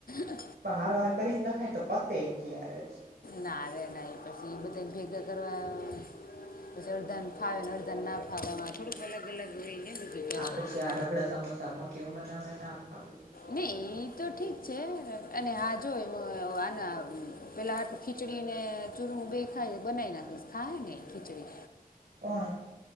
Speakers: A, on the left; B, on the right.
A: છે.
B: તો હારોહાર કરી જ નખાય ને તો પતે એકી હારે જ.
A: ના રે ના ઈ પછી ઈ બધાને ભેગા કરવા. પછી અડધાને ફાવે ને અડધાને ના ફાવે આમાં થોડુંક અલગ અલગ હોય હે ને? બધું પાછું
B: આ પછી આ રગડા સમોસા મોટી ઉંમરના ઓને ના ફાવે. થાય.
A: નઈ ઈ તો ઠીક છે અને હા જોવ આના પેલા હાટું ખીચડીને ચૂરમું બે ખાય બનાઈ નાખીશ ખાય હે ને ખીચડી?
B: કોણે?